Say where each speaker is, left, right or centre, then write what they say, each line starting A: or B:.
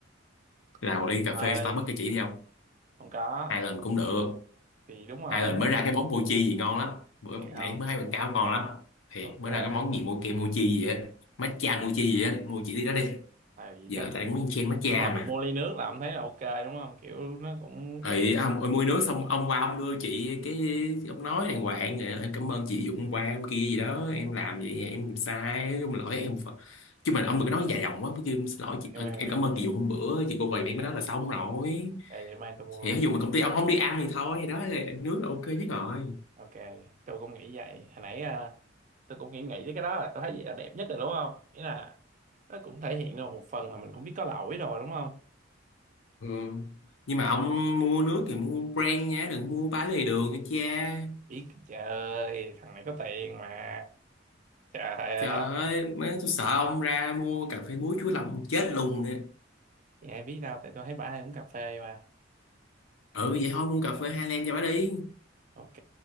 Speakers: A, on the left; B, on the right.
A: là
B: không
A: một ly cà
B: ơi
A: phê Starbucks cho chị đi không
B: không có
A: hai lần cũng được
B: thì đúng rồi
A: hai lần mới ra cái món mochi gì ngon lắm bữa
B: thì không
A: nãy mới hay quảng cáo ngon lắm thiệt
B: ok
A: mới ra cái món gì mochi mochi gì á matcha mochi gì á mua chị đi đó đi
B: tại
A: giờ
B: chắc
A: tao đang muốn chen matcha
B: nhưng mà mình
A: mà
B: mua ly nước là ông thấy là ok đúng không kiểu nó cũng
A: ấy
B: nó
A: ông ơi mua nước xong ông qua ông đưa chị cái ông nói đàng hoàng "Ờ, em cảm ơn chị Dũng qua em kia gì đó em làm vậy em làm sai nói chung là lỗi em phật chứ mình ông đừng có nói dài dòng quá chứ em xin lỗi chị
B: eo
A: Ờ,
B: eo
A: em cảm
B: eo
A: ơn
B: eo
A: chị Dũng hôm bữa chị cô quầy
B: à ok,
A: em mới nói là xong rồi
B: để mai tôi mua
A: thì
B: luôn
A: ví dụ mà công ty ông không đi ăn thì thôi thì đó là nước là ok nhất rồi
B: ok tôi cũng nghĩ vậy hồi nãy à, tôi cũng nghĩ nghĩ tới cái đó là tôi thấy gì là đẹp nhất rồi đúng không nghĩa là nó cũng thể hiện được một phần là mình cũng biết có lỗi rồi đúng không
A: ừ. nhưng mà ông mua nước thì mua brand nhé đừng mua bán lề đường nha cha
B: biết trời ơi thằng này có tiền mà trời ơi
A: trời ơi mấy tôi sợ ông ra mua cà phê muối chuối lòng chết luôn nè
B: Thì ai biết đâu tại tôi thấy bả hay uống cà phê mà
A: ừ vậy thôi mua cà phê Highland cho bà đi
B: ok